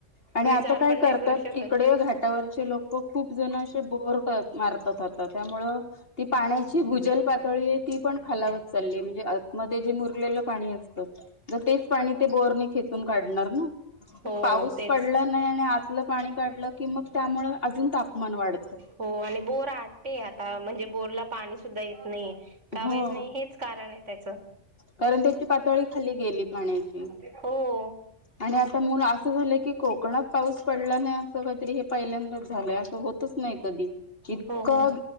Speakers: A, on the left; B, on the right.
A: आणि
B: विचार
A: आता काय
B: पण नाही
A: करतात
B: करू शकत
A: तिकडे घाटावरचे लोक खूप जण असे बोर मारतात आता त्यामुळं- ती पाण्याची भुजल- पातळी आहे ती पण खालावत चालली म्हणजे आत मध्ये जे मुरलेलं पाणी असत तेच पाणी - ते बोरनी खेचून काढणार ना
B: हो
A: पाऊस-
B: तेच
A: पडलं नाही आणि आतलं पाणी काढलं कि मग- त्यामुळं अजून तापमान वाढ-
B: हो, आणि बोर आटते आता म्हणजे- बोर ला पाणी सुद्धा येत नाहीे! काव
A: हो
B: येत नाही हेच कारण आहे त्याच
A: कारण त्याची पातळी खाली गेली पाण्याची
B: हो हॊ
A: आणि आता मूळ असं झालंय की कोकणात पाऊस पडला नाही असं कातरी हे पहिल्यांदाच झालंय- होतच नाही कधी. इतकं
B: हो हो